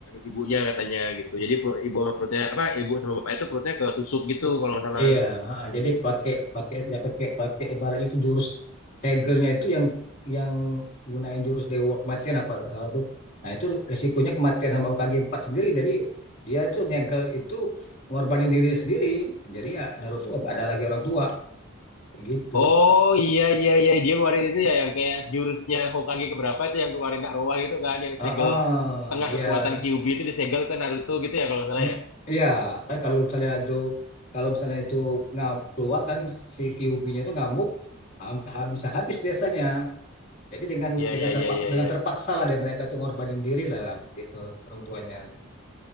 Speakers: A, on the left; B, on the left.
A: ibunya katanya gitu. Jadi perut- ibu sama perutnya apa ibu sama bapaknya itu perutnya ketusuk gitu kalau nggak salah.
B: Iya, heeh. Jadi pakai pakai ya pakai pakai ibaratnya itu jurus segelnya itu yang yang gunain jurus dewa kematian apa nggak salah tuh. Nah itu risikonya kematian sama UKG 4 sendiri. Jadi dia itu nyegel itu ngorbanin diri sendiri. Jadi ya Naruto nggak ada lagi orang tua kayak gitu.
A: Oh iya iya iya dia ngeluarin itu ya yang kayak jurusnya Hokage keberapa itu yang keluarin Kak Roa gitu kan yang
B: Ah,
A: segel tengah
B: ya,
A: kekuatan Kyuubi itu disegel ke Naruto gitu ya kalau nggak salah
B: Mm,
A: ya.
B: ya kan kalau misalnya itu kalau misalnya itu nggak keluar kan si Kyuubi-nya itu ngamuk, ham- habis habis desanya. Jadi dengan
A: Iya
B: dengan
A: iya
B: terpak,
A: iya iya
B: dengan
A: iya.
B: terpaksa lah dan mereka itu ngorbanin diri lah gitu orang tuanya.